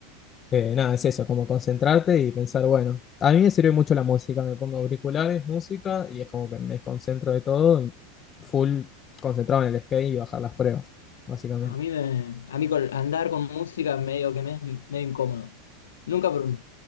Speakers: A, on the left (about 30°); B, on the left (about 80°).
A: Eh, nada, es eso, como concentrarte y pensar, bueno, a mí me sirve mucho la música, me pongo auriculares, música y es como que me desconcentro de todo, full concentrado en el skate y bajar las pruebas, básicamente.
B: A mí me, a mí con, andar con música medio que me es medio incómodo. Nunca, por-